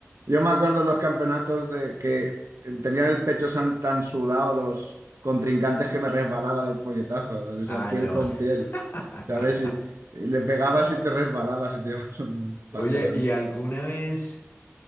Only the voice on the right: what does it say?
yo me acuerdo en los campeonatos de que tenían el pecho san- tan, sudado los contrincantes que me resbalaba del puñetazo. O
sea, piel
con piel.
¿Sabes? Y, y le pegabas y te resbalabas y te ibas <laughs>
hacia adelante.